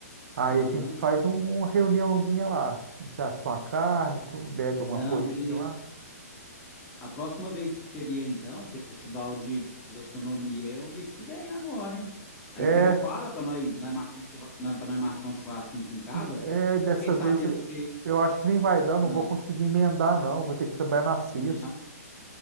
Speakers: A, on the right; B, on the left.
A: Aí
B: aham.
A: a gente faz um- uma reuniãozinha lá. A gente assa uma carne, co- bebe alguma
B: Não,
A: coisinha
B: beleza.
A: lá.
B: A próxima vez que você vier, então, o Festival de Gastronomia é o mês que vem agora, hein? Aí
A: É,
B: você me fala para nós, nós marcar um churra- nós- pra nós marcar um churrasquinho aqui em casa.
A: é dessa
B: Fiquei sabendo
A: vez eu
B: que você.
A: eu acho que nem vai dar, não
B: Ah,
A: vou conseguir emendar, não. Vou ter que trabalhar na sexta.
B: não,